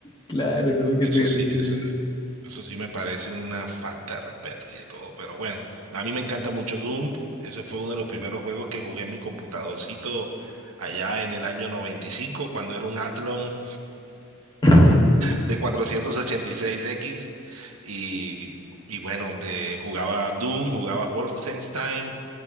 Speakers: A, on the left (about 20°); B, on the right (about 75°).
A: Claro, ¿no? Qué
B: Eso
A: terrible
B: sí, eso,
A: eso.
B: eso sí me parece una falta de respeto y de todo. Pero bueno, a mí me encanta mucho Doom. Ese fue uno de los primeros juegos que jugué en mi computadorcito allá en el año noventa y cinco cuando era un Athlon
A: <laughs>
B: de cuatrocientos ochenta y seis x y, y bueno, de- jugaba Doom, jugaba Wolfenstein,